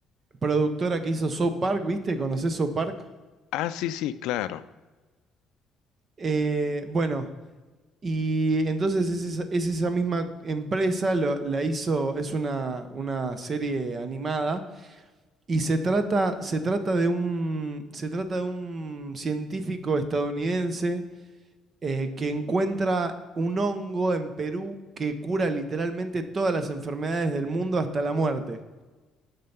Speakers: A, on the right (about 30°); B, on the left (about 80°).
A: productora que hizo South Park, ¿viste? ¿Conoces South Park?
B: Ah, sí, sí, claro.
A: Eh, bueno, y entonces es esa, es esa misma empresa, lo- la hizo, es una, una serie animada Y se trata, se trata de un, se trata de un científico estadounidense eh, que encuentra un hongo en Perú que cura literalmente todas las enfermedades del mundo hasta la muerte.